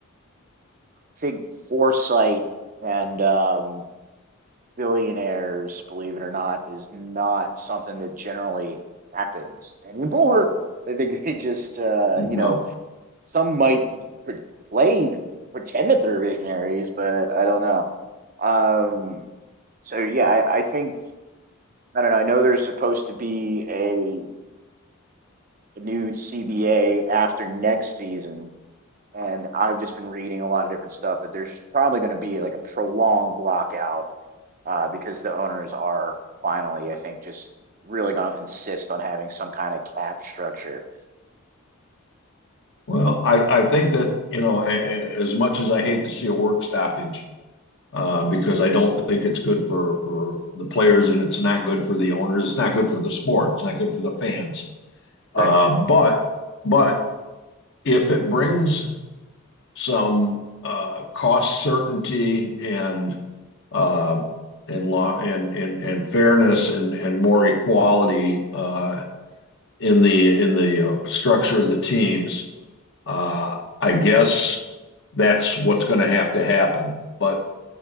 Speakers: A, on the right; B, on the left.
A: I think foresight and um, billionaires, believe it or not, is not something that generally happens anymore. <laughs> I think they just, uh,
B: No.
A: you know, some might play to pretend that they're visionaries, but I don't know. Um, so yeah, I, I think I don't know. I know there's supposed to be a new CBA after next season, and I've just been reading a lot of different stuff that there's just probably going to be like a prolonged lockout uh, because the owners are finally, I think, just really going to insist on having some kind of cap structure.
B: Well, I, I think that, you know, as much as I hate to see a work stoppage, uh, because I don't think it's good for for the players, and it's not good for the owners. It's not good for the sport. It's not good for the fans. Uh,
A: Right.
B: but but if it brings some uh, cost certainty and uh, and law and and and fairness and and more equality uh, in the in the uh, structure of the teams, uh, I guess that's what's going to have to happen. But